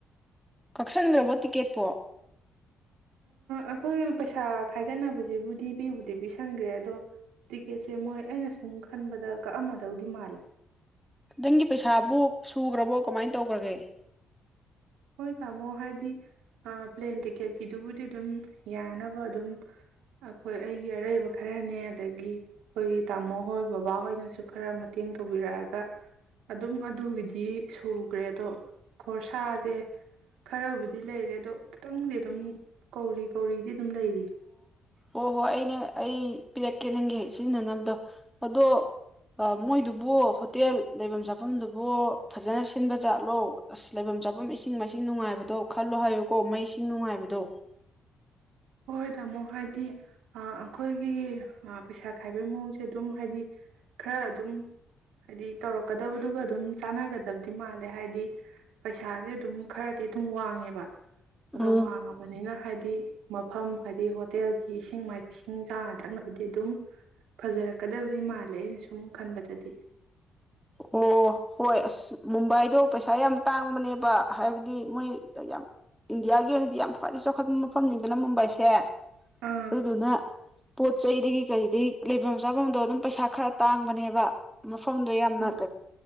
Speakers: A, in the centre; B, on the right.
A: ꯀꯛꯁꯟꯒ꯭ꯔꯕꯣ ꯇꯤꯛꯀꯦꯠꯄꯣ
B: ꯑꯩꯈꯣꯏ ꯄꯩꯁꯥ ꯈꯥꯏꯒꯠꯅꯕꯁꯤꯕꯨꯗꯤ ꯄꯤꯕꯨꯗꯤ ꯄꯤꯁꯟꯈ꯭ꯔꯦ ꯑꯗꯣ ꯇꯤꯛꯀꯦꯠꯁꯦ ꯃꯣꯏ ꯑꯩꯅ ꯁꯨꯝ ꯈꯟꯕꯗ ꯀꯛ ꯑꯝꯃꯗꯧꯗꯤ ꯃꯥꯜꯂꯦ
A: ꯅꯪꯒꯤ ꯄꯩꯁꯥꯕꯨ ꯁꯨꯈ꯭ꯔꯕꯣ ꯀꯃꯥꯏꯅ ꯇꯧꯒ꯭ꯔꯒꯦ
B: ꯍꯣꯏ ꯇꯥꯃꯣ ꯍꯥꯏꯗꯤ ꯄ꯭ꯂꯦꯟ ꯇꯤꯛꯀꯦꯠꯀꯤꯗꯨꯕꯨꯗꯤ ꯑꯗꯨꯝ ꯌꯥꯅꯕ ꯑꯗꯨꯝ ꯑꯩꯈꯣꯏ ꯑꯩꯒꯤ ꯑꯔꯩꯕ ꯈꯔꯅꯦ ꯑꯗꯒꯤ ꯑꯩꯈꯣꯏꯒꯤ ꯇꯥꯃꯣ ꯍꯣꯏ ꯕꯕꯥꯍꯣꯏꯅꯁꯨ ꯈꯔ ꯃꯇꯦꯡ ꯇꯧꯕꯤꯔꯛꯑꯒ ꯑꯗꯨꯝ ꯑꯗꯨꯒꯤꯗꯤ ꯁꯨꯈ꯭ꯔꯦ ꯑꯗꯣ ꯈꯣꯔꯁꯥꯁꯦ ꯈꯔꯕꯨꯗꯤ ꯂꯩꯔꯦ ꯑꯗꯣ ꯈꯤꯇꯪꯗꯤ ꯑꯗꯨꯝ ꯀꯧꯔꯤ ꯀꯧꯔꯤꯗꯤ ꯑꯗꯨꯝ ꯂꯩꯔꯤ
A: ꯑꯣ ꯍꯣꯏ ꯑꯩꯅ ꯑꯩ ꯄꯤꯔꯛꯀꯦ ꯅꯪꯒꯤ ꯁꯤꯖꯤꯟꯅꯅꯕꯗꯣ ꯑꯗꯣ ꯃꯣꯏꯗꯨꯕꯨ ꯍꯣꯇꯦꯜ ꯂꯩꯐꯝ ꯆꯥꯐꯝꯗꯨꯕꯨ ꯐꯖꯅ ꯁꯤꯟꯕ ꯖꯥꯠꯂꯣ ꯑꯁ ꯂꯩꯐꯝ ꯆꯥꯐꯝ ꯏꯁꯤꯡ ꯃꯥꯏꯁꯤꯡ ꯅꯨꯡꯉꯥꯏꯕꯗꯣ ꯈꯜꯂꯣ ꯍꯥꯏꯌꯨꯀꯣ ꯃꯩꯁꯤꯡ ꯅꯨꯡꯉꯥꯏꯕꯗꯣ
B: ꯍꯣꯏ ꯇꯥꯃꯣ ꯍꯥꯏꯗꯤ ꯑꯩꯈꯣꯏꯒꯤ ꯄꯩꯁꯥ ꯈꯥꯏꯕꯒꯤ ꯃꯑꯣꯡꯁꯦ ꯑꯗꯨꯝ ꯍꯥꯏꯗꯤ ꯈꯔ ꯑꯗꯨꯝ ꯍꯥꯏꯗꯤ ꯇꯧꯔꯛꯀꯗꯕꯗꯨꯒ ꯑꯗꯨꯝ ꯆꯥꯟꯅꯒꯗꯕꯗꯤ ꯃꯥꯜꯂꯦ ꯍꯥꯏꯗꯤ ꯄꯩꯁꯥꯁꯦ ꯑꯗꯨꯝ ꯈꯔꯗꯤ ꯑꯗꯨꯝ ꯋꯥꯡꯉꯦꯕ ꯑꯗꯣ
A: ꯎꯝ
B: ꯋꯥꯡꯉꯕꯅꯤꯅ ꯍꯥꯏꯗꯤ <inaudible> ꯃꯐꯝ ꯍꯥꯏꯗꯤ ꯍꯣꯇꯦꯜꯒꯤ ꯏꯁꯤꯡ ꯃꯥꯏꯁꯤꯡ ꯆꯥꯅ ꯊꯛꯅꯕꯗꯤ ꯑꯗꯨꯝ ꯐꯖꯔꯛꯀꯗꯕꯗꯤ ꯃꯥꯜꯂꯦ ꯑꯩꯅ ꯁꯨꯝ ꯈꯟꯕꯗꯗꯤ
A: ꯑꯣ ꯍꯣꯏ ꯑꯁ ꯃꯨꯝꯕꯥꯏꯗꯣ ꯄꯩꯁꯥ ꯌꯥꯝ ꯇꯥꯡꯕꯅꯦꯕ ꯍꯥꯏꯕꯗꯤ ꯃꯣꯏ ꯌꯥꯝ ꯏꯟꯗꯤꯌꯥꯒꯤ ꯑꯣꯏꯅꯗꯤ ꯌꯥꯝ ꯈ꯭ꯋꯥꯏꯗꯒꯩ ꯆꯥꯎꯈꯠꯄ ꯃꯐꯝꯅꯤꯗꯅ ꯃꯨꯝꯕꯥꯏꯁꯦ
B: ꯑꯥ
A: ꯑꯗꯨꯗꯨꯅ ꯄꯣꯠ ꯆꯩꯗꯒꯤ ꯀꯔꯤꯗꯒꯤ ꯂꯩꯐꯝ ꯆꯥꯐꯝꯗꯣ ꯑꯗꯨꯝ ꯄꯩꯁꯥ ꯈꯔ ꯇꯥꯡꯕꯅꯦꯕ ꯃꯐꯝꯗꯣ ꯌꯥꯝꯅ
B: ꯑꯥ